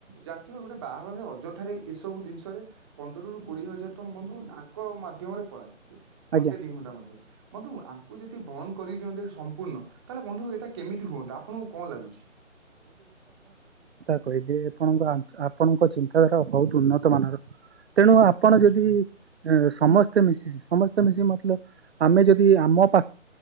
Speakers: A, on the right; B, on the right.
A: ଜାଣିଥିବା ଗୁଟେ ବାହାଘରେ ଅଯଥାରେ ଏସବୁ ଜିନିଷରେ ପନ୍ଦରରୁୁ କୋଡିଏ ହଜାର ଟଙ୍କା ବନ୍ଧୁ ଆଙ୍କ ମାଧ୍ୟମରେ ପଳାଏ। ଘଣ୍ଟେ
B: ଆଜ୍ଞା
A: ଦି ଘଣ୍ଟା ମଧ୍ୟରେ। ବନ୍ଧୁ ଆଙ୍କୁ ଯଦି ବନ୍ଦ କରିଦିଅନ୍ତେ ସମ୍ପୂର୍ଣ୍ଣ ତାହେଲେ ବନ୍ଧୁ ଏଇଟା କେମିତି ହୁଅନ୍ତା ଆପଣଙ୍କୁ କଣ ଲାଗୁଛି।
B: କହିଲି ଆପଣଙ୍କ ଆପଣଙ୍କ ଚିନ୍ତାଧାରା ବହୁତ ଉନ୍ନତ। ତ୍ତ ମାନର ତେଣୁ ଆପଣ
A: ଆଜ୍ଞା
B: ଯଦି ସମସ୍ତେ ମିଶିକି ସମସ୍ତେ ମିଶିକି ମତଲବ ଆମେ ଯଦି ଆମ ପା